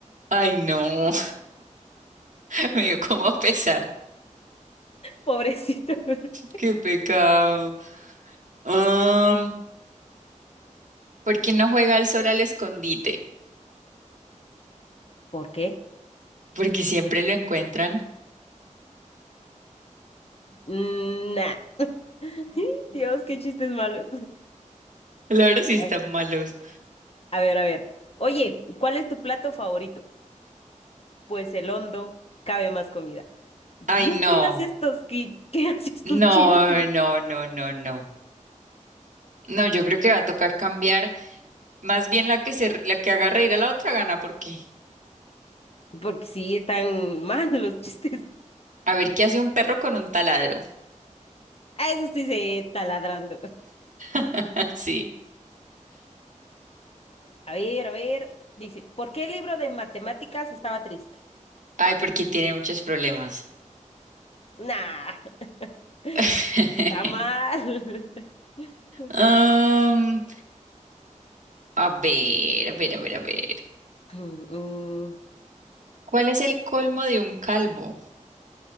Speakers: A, on the right; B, on the left.
A: Ay, no. <laughs> Me dio como pesar.
B: Pobrecito. <laughs>
A: Qué pecado. Um, ¿por qué no juega al sol al escondite?
B: ¿Por qué?
A: Porque siempre lo encuentran.
B: Mm, Nah. <laughs> Dios, qué chistes malos.
A: Claro, sí están
B: A ver,
A: malos.
B: a ver. a ver. Oye, ¿cuál es tu plato favorito? Pues el hondo, cabe más comida. Dios,
A: Ay, no.
B: ¿quién hace estos? ¿Qué, qué <laughs> hace estos
A: No,
B: chistes?
A: no, no, no, no. No, yo creo que va a tocar cambiar. Más bien la que se, la que haga reír a la otra gana, porque
B: Porque sí, están <laughs> mal los chistes.
A: a ver qué hace un perro con un taladro.
B: A eso sí se taladrando.
A: <laughs> Sí.
B: A ver, a ver. Dice, ¿por qué el libro de matemáticas estaba triste?
A: Ay, porque tiene muchos problemas.
B: Nah, <laughs>
A: <laughs>
B: está mal. <clears throat>
A: Am, a ver, a ver, a ver, a ver.
B: Mm,
A: ¿Cuál es el colmo de un calvo?